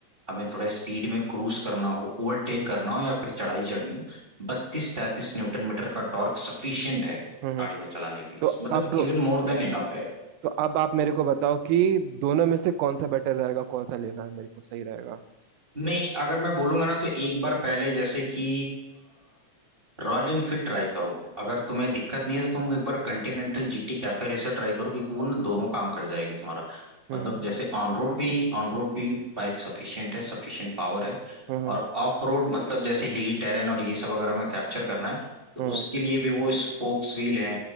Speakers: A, on the right; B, on the right.
A: हमें थोड़ा स्पीड में क्रूज करना हो ओवरटेक करना हो या फिर चढ़ाई चढ़नी हो बत्तीस तैंतीस न्यूटन मीटर का टॉर्क सफिशियंट है
B: हम्म हम्म।
A: गाड़ी को चलाने के लिए
B: तो
A: मतलब
B: अब
A: इवन मोर देन इनफ है
B: तो अब आप मेरे को बताओ कि दोनों में से कौन सा बेटर रहेगा कौन सा लेना है मेरे को सही रहेगा
A: नहीं अगर मैं बोलूंगा ना तो एक बार पहले जैसे कि रॉयल इनफील्ड ट्राई करो अगर तुम्हें दिक्कत नहीं है तो तुम एक बार Continental GT cafe racer try करो क्योंकि वो ना दोनों काम कर जाएगी तुम्हारा
B: हम्म
A: मतलब
B: हम्म
A: जैसे ऑन रोड भी ऑन रोड भी बाइक सफिशिएंट है सफिशिएंट पावर है
B: हम्म
A: और ऑफ रोड मतलब जैसे हिली टेरेन और ये सब अगर हमें कैप्चर करना है तो
B: हम्म
A: उसके लिए भी वो स्पोक्स व्हील है